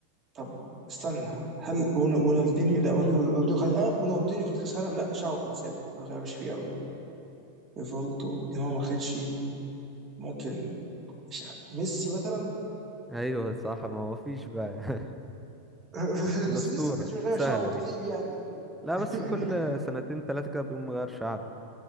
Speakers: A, on the right (about 25°); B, in the centre.
A: طب استنى هل ون- رونالدينيو لا رونالدينيو خد اه رونالدينيو خد كاس العالم لا شعره كان ثابت ما غيرش فيه قوي ريفالدو نيمار ما خدش ممكن ش- ميسي مثلا
B: ايوه صح ما هو فيش بقى <laughs>
A: <laughs>
B: الأسطورة
A: بس ميسي ما كانش بيغير
B: سهلة
A: شعره كتير
B: دي
A: يعني
B: لا
A: <laughs>
B: بس كل سنتين تلاتة كده بيقوم مغير شعره